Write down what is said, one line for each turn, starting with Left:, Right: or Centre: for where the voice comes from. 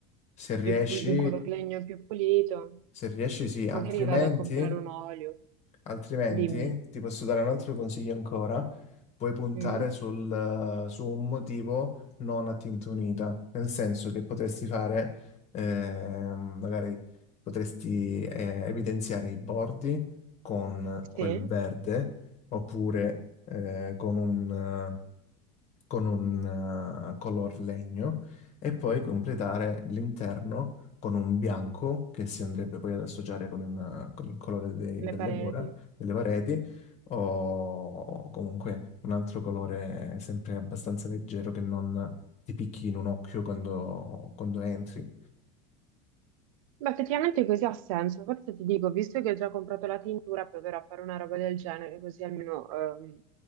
Left: Se riesci,
Right: più pul- un color legno più pulito,
Left: se riesci sì, altrimenti,
Right: magari vado a comprare un olio,
Left: altrimenti
Right: dimmi.
Left: ti posso dare un altro consiglio ancora. Puoi puntare
Right: Mm?
Left: sul, su un motivo non a tinta unita, nel senso che potresti fare, ehm, magari potresti eh, evidenziare i bordi con quel
Right: Sì,
Left: verde oppure eh, con un con un eh, color legno e poi completare l'interno con un bianco che si andrebbe poi ad associare con, una- con il colore de-
Right: le
Left: delle
Right: pareti.
Left: mura, delle pareti o, o comunque un altro colore sempre abbastanza leggero che non ti picchi in un occhio quando, quando entri.
Right: Beh, effettivamente così ha senso. Forse ti dico, visto che ho già comprato la tintura, proverò a fare una roba del genere, così almeno ehm,